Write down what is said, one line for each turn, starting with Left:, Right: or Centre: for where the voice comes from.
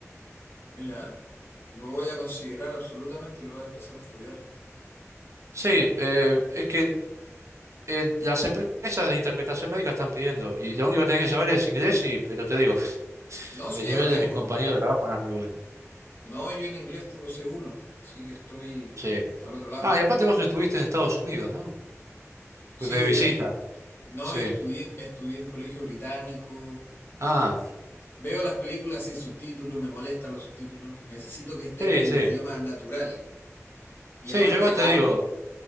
Left: Mira, lo voy a considerar absolutamente, lo voy a empezar a estudiar.
Right: Sí, eh, es que eh, las empresas de interpretación médica están pidiendo, y lo único que tenés que saber es inglés, y, pero te digo,
Left: No, si
Right: el
Left: ya
Right: nivel
Left: lo tengo.
Right: de mis compañeros de trabajo no es muy bueno.
Left: No, yo en inglés tengo C1, así que estoy
Right: Sí.
Left: al otro lado.
Right: Ah, y aparte vos estuviste en Estados Unidos, ¿no?
Left: Sí,
Right: De
Left: de
Right: visita,
Left: viaje. No,
Right: sí.
Left: yo estudié, estudié en colegio británico.
Right: Ah,
Left: Veo las películas sin subtítulos, me molestan los subtítulos. Necesito que estén
Right: sí,
Left: en
Right: sí.
Left: idioma natural. Y
Right: Sí,
Left: aparte
Right: yo igual
Left: hablo.
Right: te digo,